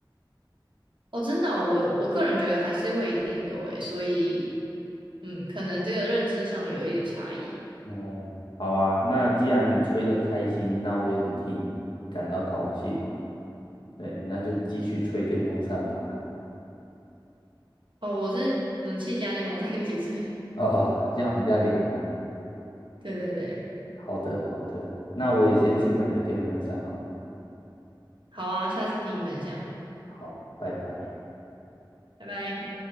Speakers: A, on the right (about 80°); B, on the left (about 70°).
A: 哦，真的哦我我个人觉得还是会一定有诶，所以嗯，可能这个认知上有一点差异。
B: 哦，好啊，那既然你吹得开心，那我也很替你感到高兴。对，那就继续吹电风扇吧。
A: 哦，我是冷气加电风扇一起吹。<laughs>
B: 哦，这样我们家凉了。
A: 对对对，
B: 好的，好的，那我也先去买个电风扇好了。
A: 好啊，下次听你分享，
B: 好，拜拜。
A: 拜拜。